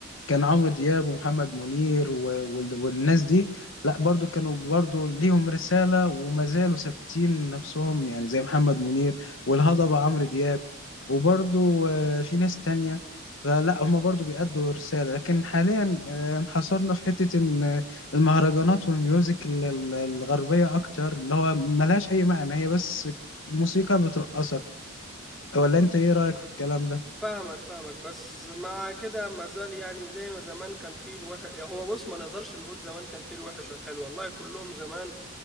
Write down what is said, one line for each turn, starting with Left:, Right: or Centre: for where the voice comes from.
Left: كان عمرو دياب ومحمد منير و- وال- والناس دي لا برضو كانوا برضو ليهم رسالة وما زالوا ثابتين نفسهم يعني زي محمد منير والهضبة عمرو دياب وبرضو آه، في ناس تانية فلا هما برضو بيأدوا رسالة لكن حاليا آه، انحصرنا في حتة إن آه، المهرجانات والميوزك ال- ال- الغربية أكتر اللي هو ملهاش أي معنى هي بس موسيقى بترقصك ولا أنت إيه رأيك في الكلام ده؟
Centre: فاهمك فاهمك بس مع كده مازال يعني زي ما زمان كان فيه الوحش هو بص ما نقدرش نقول زمان كان فيه الوحش والحلو والله كلهم زمان